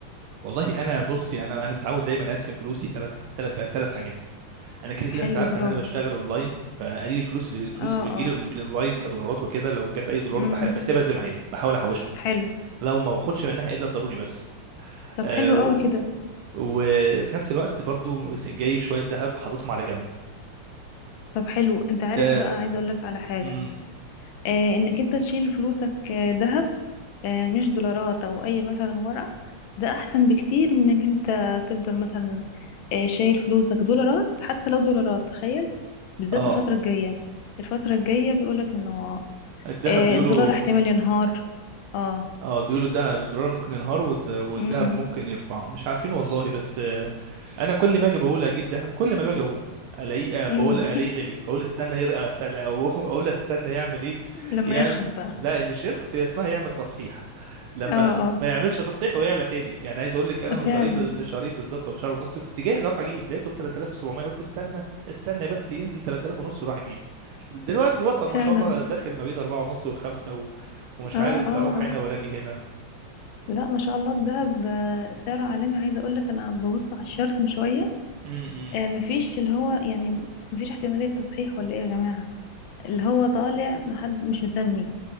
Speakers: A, on the right; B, on the left.
A: والله انا بصي انا انا متعود دايما اقسم فلوسي ثلاث ثلاث ثلاث حاجات انا كده كده
B: حلو
A: انت عارف
B: برافو
A: ان انا بشتغل اونلاين فاي الفلوس اللي الفلوس
B: اه
A: اللي بتجيلي
B: اه
A: من الاونلاين كدولارات وكده لو جت اي دولارات
B: امم
A: بح- بسيبها زي ما هي بحاول احوشها
B: حلو
A: لو ما باخدش منها الا الضروري بس
B: طب
A: آه
B: حلو قوي
A: و-
B: كده
A: وفي نفس الوقت برضو جايب شويه ذهب حاططهم على جنب
B: طب حلو انت عارف
A: ده
B: بقى عايزه اقول لك على حاجة
A: امم
B: آه انك انت تشيل فلوسك آه، دهب آه، مش دولارات او اي مثلا ورق ده احسن بكتير من انك انت تفضل مثلا آه، شايل فلوسك دولارات حتى لو دولارات تخيل بالذات
A: اه
B: الفترة الجاية الفترة الجاية بيقولك انه
A: الذهب
B: آه،
A: بيقولوا
B: الدولار احتمال ينهار اه
A: اه بيقولوا ده الدولار ممكن ينهار والد- والذهب
B: امم
A: ممكن يرفعه مش عارفين والله بس آه، انا كل ما اجي بقول اجيب ذهب كل ما باجي اقول الاقيه آه، بقول
B: امم
A: الاقيه
B: <laughs>
A: غالي فاقول استنى يرقى اسال او <laughs> اقول استنى يعمل ايه
B: لما
A: يا
B: يرخص بقى
A: لا مش يرخص هي اسمها يعمل تصحيح لما
B: اه اه
A: أس... ما يعملش تصحيح ويعلى تاني يعني عايز اقول لك انا من شهرين
B: فعلا
A: ب... من شهرين بالظبط ولا شهر ونص كنت جاهز اروح اجيب لقيته ب 3700 قلت استنى استنى بس ينزل 3000 ونص وراح اجيب دلوقتي وصل ما
B: فعلا
A: شاء الله داخل ما بين 4 ونص و5 ومش
B: اه
A: عارف
B: اه
A: لا اروح
B: اه
A: هنا ولا اجي هنا
B: لا ما شاء الله الدهب آه، سعره عالمي عايزه اقول لك انا ببص على الشارت من شويه
A: امم
B: آه، مفيش اللي هو يعني مفيش احتماليه تصحيح ولا ايه يا جماعه اللي هو طالع محد مش مسمي